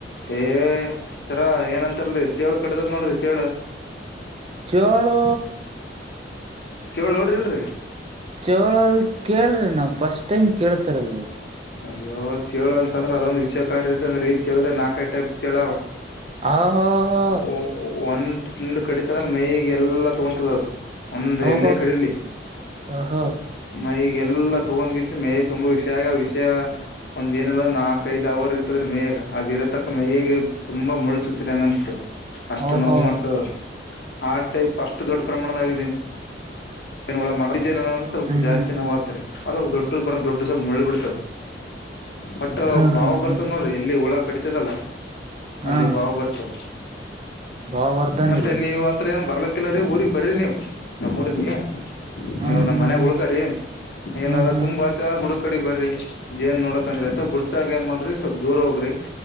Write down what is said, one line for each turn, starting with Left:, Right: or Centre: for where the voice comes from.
Left: ಏ ಸರ ಏನಂತಲ್ರಿ ಚೇಳ ಕದಡದ ನೋಡ್ರಿ ಚೇಳ
Right: ಚೋಳು
Left: ಚೋಳ ನೋಡ್ರಿಲ್ರರಿ-
Right: ಚಳೋದ ಕೇಳ್ರಿ ನಾವು ಫಸ್ಟ್ ಟೈಮ್ ಕೇಳ್ತರದದು.
Left: ಅಯ್ಯೋ ಚೇಳು ಅಂತಂದ್ರೆ ಅದೊಂದು ವಿಷಕಾರ ಇದ್ದಂಗ್ರಿ ಚೇಳ್ದಗ ನಾಕೈ ಟೈಪ್ ಚೇಳ ಅವ-
Right: ಹ ಹೋ ಹೋ
Left: ಅವ ಒನ್ ಒಂದ ಕಡಿತ ಅಂದ್ರ ಮೈಗೆ ಎಲ್ಲಾ ತೊಗೊಂತದದ. ಒಂದು
Right: ಓಹೋ
Left: ಎಲ್ಲೇ ಕಡಲಿ
Right: ಓಹೋ
Left: ಮೈಗೆ ಎಲ್ಲಾ ತಗೊಂದ್ಕೈಸಿಂದ ಮೇಯ ತುಂಬ ವಿಷ್ಯಾ ಆಗಿ ವಿಷ್ಯ ಒಂದ್ ಏನಿಲ್ಲ ನಾಕ್ಐದು ಹವರ್ ಇರ್ತದ್ರೆ ಮೇಯಾಗ ಅದ ಇರೋತಕ ಮೇಯಗೆ ತುಂಬಾ ಮುಳ್ಳು ಚುಚ್ಚಿದಂಗ ಅನ್ಸ್ತದ. ಅಷ್ಟ
Right: ಓಹೋ
Left: ನೋವು ಮಾಡ್ತದ ಆ ಟೈಪ್ ಅಷ್ಟು ದೊಡ್ಡ ಪ್ರಮಾಣದಾಗ ಜೇನ್ ಹುಳ ಮಾಡ್ತಾತ್ತ <unintelligible> ಸ್ವಲ್ಪ
Right: ಹ್ಮ್
Left: ಜಾಸ್ತಿ
Right: ಹ್ಮ್
Left: ನೋವತ್ತರಿ. ಅದ ದೊಡ್ಡ ಪರ ದೊಡ್ಡ ಸ್ವಲ್ಪ ಮುಳ್ಳ ಬಿಡ್ತಾದ ಬಟ್
Right: ಹ್ಮ್
Left: ಬಾವು
Right: ಹ್ಮ್
Left: ಬರ್ತದ
Right: ಹ್ಮ್ ಹ್ಮ್
Left: ನೋಡ್ರಿ ಎಲ್ಲಿ ಹುಳ ಕಡಿತದಲ್ಲ
Right: ಹಾ
Left: ಅಲ್ಲಿ ಬಾವ ಬರ್ತದ.
Right: ಬಾವ ಬರ್ತನ್ರಿ
Left: ಮತ್ತೆ ನೀವ ಅಂತ್ರ ಏನ್ ಬರ್ಲಕ್ಕಿಲ್ಲರೀ ಊರಿಗ್ ಬರಿ ನೀವು ನಮ್ಮ್ಊರಿಗೆ.
Right: ಹ್ಮ್
Left: ನೀವು ನಮ್ಮ್
Right: ಹ್ಮ್
Left: ಮನ್ಯಾಗ
Right: ಹ್ಮ್
Left: ಉಳಕರೀ ಏನಾದ್ರ
Right: ಹ್ಮ್ ಹ್ಮ್
Left: ಸುಂಬ್ ಬರ್ತೀವ ಬುಡ ಕಡೆ ಬರ್ರಿ ಜೇನ್ ನೋಡಕ ಅಂದ್ರಿ ಅಂತ ಬುಡ್ಸಾಗ ಏನ್ ಮಾಡ್ರಿ ಸ್ವಲ್ಪ್ ದೂರ ಹೋಗ್ರಿ.